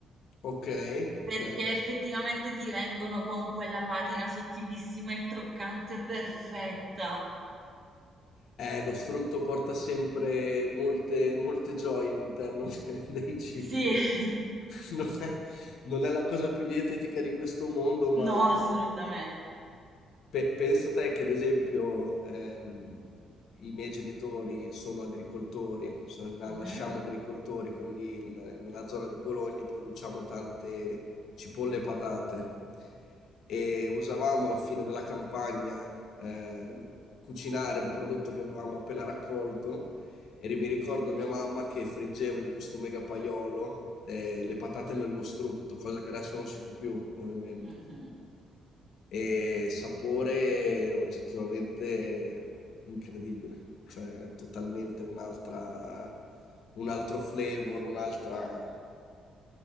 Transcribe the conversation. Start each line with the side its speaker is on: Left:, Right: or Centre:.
Left: Ok, ok.
Right: Perché effettivamente ti vengono con quella patina sottilissima e croccante perfetta.
Left: Eh, lo strutto porta sempre molte, molte gioie all'interno <laughs> dei cibi.
Right: Sì, <laughs>
Left: Non è, non è la cosa più dietetica di questo mondo, ma
Right: no, assolutamente.
Left: pe- pensa te che, ad esempio, ehm, i miei genitori sono agricoltori, so- na-
Right: Mhm,
Left: nasciamo agricoltori, quindi il- nella zona di Bologna produciamo tante cipolle e patate. E usavamo alla fine della campagna eh, cucinare il prodotto che avevamo appena raccolto e mi ricordo mia mamma che friggeva in questo mega paiolo eh, le patate nello strutto, cosa che adesso non si fa più, ovviamente.
Right: mhm, mhm.
Left: E sapore oggettivamente incredibile, cioè totalmente un'altra, un altro flavor, un'altra...